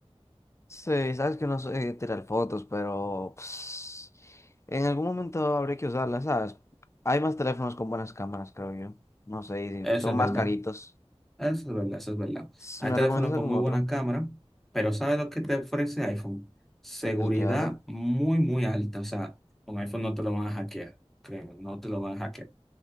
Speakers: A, on the left; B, in the centre.
A: Sí, sabes que no sé tirar fotos, pero pues, en algún momento habré que usarlas, ¿sabes? Hay más teléfonos con buenas cámaras, creo yo. No sé, y
B: Eso
A: si son
B: es
A: más
B: verdad.
A: caritos.
B: Ah, Eso es verdad, eso es verdad.
A: S-
B: Hay
A: ¿Me
B: teléfonos
A: recomiendas algún
B: con muy
A: otro?
B: buena cámara, pero ¿sabes lo que te ofrece iPhone? Seguridad
A: El que hagan.
B: muy, muy alta. O sea, un iPhone no te lo van a hackear, créeme, no te lo van a hackear.